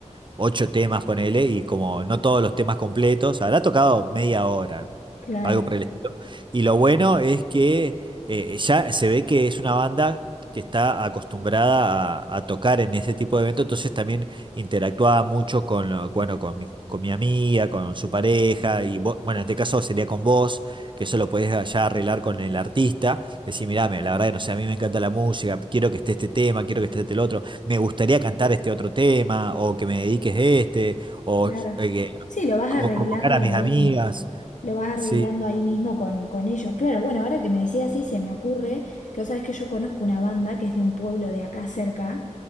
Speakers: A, on the right (about 40°); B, on the left (about 80°).
A: ocho temas, ponele, y como no todos los temas completos, habrá tocado media hora,
B: claro.
A: algo por el estilo. Y lo bueno es que eh, ya se ve que es una banda que está acostumbrada a, a tocar en ese tipo de evento, entonces también interactuaba mucho con, lo- bueno, con mi, con mi amiga, con su pareja, y vo- bueno, en este caso sería con vos, que eso lo podés ya arreglar con el artista, decir, mirá, me- la verdad que no sé, a mí me encanta la música, quiero que esté este tema, quiero que esté este el otro me gustaría cantar este otro tema, o que me dediques este, o,
B: Claro.
A: eh, que-
B: Sí, lo vas arreglando
A: o convocar a mis
B: ahí,
A: amigas.
B: lo vas arreglando
A: Sí.
B: ahí mismo con, con ellos. Claro, bueno, ahora que me decías así, se me ocurre que vos sabés que yo conozco una banda que es de un pueblo de acá cerca,